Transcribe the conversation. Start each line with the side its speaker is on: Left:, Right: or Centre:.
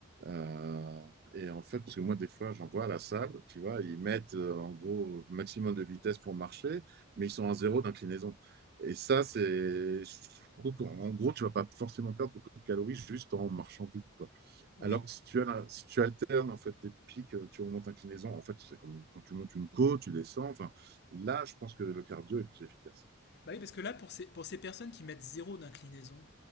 Right: Euh, et en fait, parce que moi, des fois, j'en vois à la salle, tu vois, ils mettent euh, en gros maximum de vitesse pour marcher, mais ils sont à zéro d'inclinaison. Et ça, c'est, je trouve qu'en en gros, tu vas pas forcément perdre beaucoup de calories juste en marchant vite, quoi.
Left: Oui.
Right: Alors que si tu, as, si tu alternes en fait tes pics, euh, tu remontes inclinaison. En fait, c'est comme quand tu montes une côte, tu descends. Enfin, là, je pense que le cardio est plus efficace.
Left: Bah oui, parce que là, pour ces, pour ces personnes qui mettent zéro d'inclinaison,